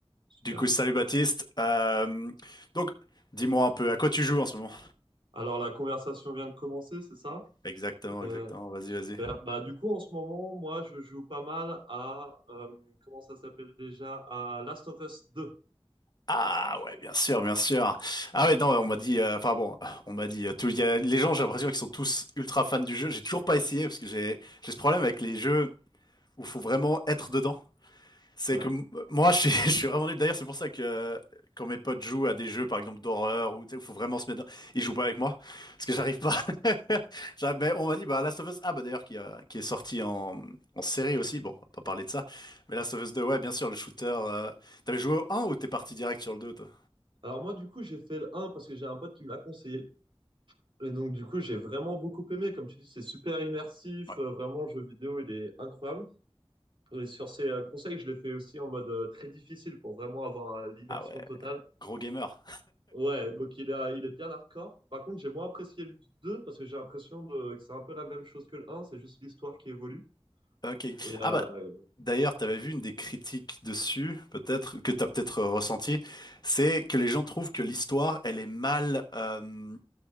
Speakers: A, on the right; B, on the left.
A: Super.
B: Du coup, salut Baptiste. Euh, donc, dis-moi un peu, à quoi tu joues en ce moment?
A: Alors, la conversation vient de commencer, c'est ça?
B: Exactement,
A: Euh,
B: exactement. Vas-y,
A: super.
B: vas-y.
A: Bah, du coup, en ce moment, moi, je joue pas mal à, euh, comment ça s'appelle déjà? À Last of Us 2.
B: Ah ouais, bien sûr, bien sûr. Ah ouais, non, on m'a dit, euh, enfin bon, on m'a dit, euh, tout, il y a, les gens, j'ai l'impression qu'ils sont tous ultra fans du jeu. J'ai toujours pas essayé parce que j'ai, j'ai ce problème avec les jeux où faut vraiment être dedans. C'est
A: Ouais.
B: que m- moi, <laughs> je suis, je suis vraiment nul. D'ailleurs, c'est pour ça que euh, quand mes potes jouent à des jeux, par exemple d'horreur, où tu sais, où faut vraiment se mettre dedans, ils jouent pas avec moi parce que j'arrive pas. <laughs> J'avais- ben, on m'a dit, bah, Last of Us, ah, bah, d'ailleurs, qui, euh, qui est sorti en, en série aussi. Bon, on va pas parler de ça. Mais Last of Us 2, ouais, bien sûr, le shooter. euh, T'avais joué au 1 ou t'es parti direct sur le 2, toi?
A: Alors, moi, du coup, j'ai fait le 1 parce que j'ai un pote qui me l'a conseillé. Et donc, du coup, j'ai vraiment beaucoup aimé. Comme tu dis, c'est super immersif.
B: Ouais.
A: Euh, vraiment, le jeu vidéo, il est incroyable. Et sur ces euh, conseils, je l'ai fait aussi en mode euh, très difficile pour vraiment avoir euh, l'immersion
B: Ah ouais,
A: totale.
B: gros gamer.
A: Ouais, donc il a, il est bien hardcore. Par contre, j'ai moins apprécié le 2 parce que j'ai l'impression de- que c'est un peu la même chose que le un, c'est juste l'histoire qui évolue.
B: Ok.
A: Et
B: Ah,
A: euh,
B: bah, d'ailleurs, t'avais vu une des critiques dessus, peut-être, que t'as peut-être euh, ressenti. C'est que les gens trouvent que l'histoire, elle est mal. euh,